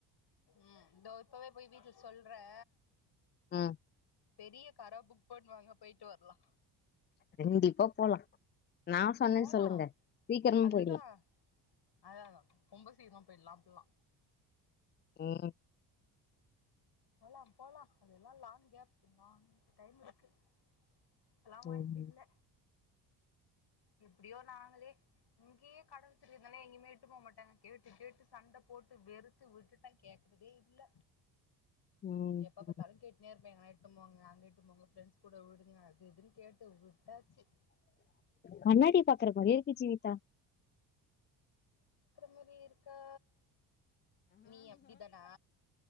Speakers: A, on the left; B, on the left.
A: ம் இதோ இப்பவே போயி வீட்ல சொல்றே
B: ம்
A: பெரிய காரா புக் பண்ணுவாங்க பேயிட்டு வரலா
B: கண்டிப்பா போலா நா சொன்னேன்னு
A: போலா
B: சொல்லுங்க சீக்கிரமும்
A: அதுதா
B: போய்ட்லா
A: அதா அதா ரொம்ப சீக்ரமா போய்ட்லா அப்டில்லா
B: ம்
A: போலா போலா அதெல்லா லாங் கேப் லாங் டைமுருக்கு <unintelligible> எல்லா வாய்ப்பு
B: ம்,
A: இல்ல எப்டியோ நாங்களே இங்கேயே கட வச்ச ருந்தாலே எங்கயுமே யிட்டு போக மாட்டாங்க கேட்டு கேட்டு சண்ட போட்டு வெறுத்து விட்டுட்டெ கேக்கறதேயில்ல
B: ம்,
A: எப்பப்பாத்தாலு
B: ம்.
A: கேட்னேருப்பே எங்க யிட்டு போங்க அங்க யிட்டு போங்க ஃப்ரெண்ட்ஸ் கூட விடுங்க அது யுதுன்னு கேட்டு விட்டாச்சு
B: கண்ணாடி பாக்கிற மாரியேயிருக்கு ஜீவிதா
A: முறி யிருக்கா நீ அப்டி தானா